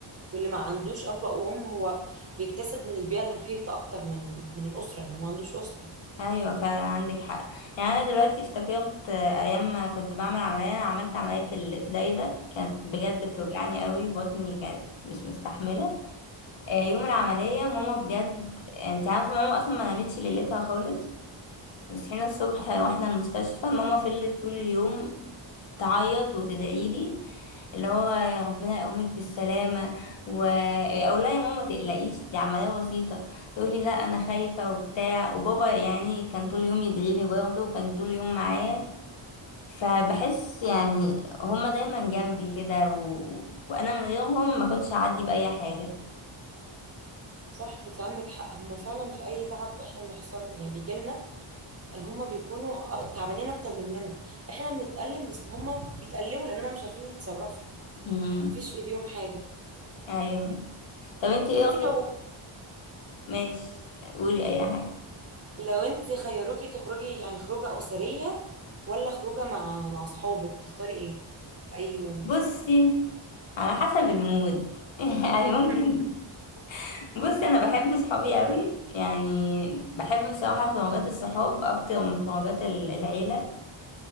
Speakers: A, on the right; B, on the left.
A: واللي ما عندوش أب أو أم هو بيكتسب من البيئة المحيطة أكتر من من الأسرة لأن هو ما عندوش أسرة
B: ايوه فعلا عندك حق يعني انا دلوقتي افتكرت آه، ايام ما كنت بعمل عمليه انا عملت عمليه الزايده كانت بجد بتوجعني
A: مم.
B: قوي بطني كانت مش مستحمله آه، يوم العمليه ماما بجد انت عارفه ماما اصلا ما نامتش ليلتها خالص وصحينا الصبح واحنا المستشفى ماما فضلت طول اليوم تعيط وتدعي لي اللي هو يا ربنا يقومك بالسلامة و أقول لها يا ماما ما تقلقيش دي عملية بسيطة تقولي لا أنا خايفة وبتاع وبابا يعني كان طول اليوم يدعي لي برضه وكان طول اليوم معايا فبحس يعني هما دايما جنبي كده و... وأنا من غيرهم ما كنتش هعدي بأي حاجة
A: صح انت عندك حق هما فعلا في أي تعب احنا بنحصل يعني بيجيلنا هما بيكونوا أ- تعبانين أكتر مننا احنا بنتألم بس هما بيتألموا لأن هما مش عارفين يتصرفوا
B: مم.
A: مفيش في ايديهم حاجة
B: أيوه طب انتي ايه
A: انت
B: رأيك
A: لو
B: ماشي قولي أي حاجة
A: لو انت خيروكي تخرجي يعني خروجه اسريه ولا خروجه مع مع اصحابك تختاري ايه في اي يوم
B: بصي
A: مثلا
B: على حسب المود <laughs> يعني ممكن
A: <laughs>
B: بصي انا بحب صحابي قوي يعني بحب بصراحه خروجات الصحاب اكتر من خروجات ال- العيله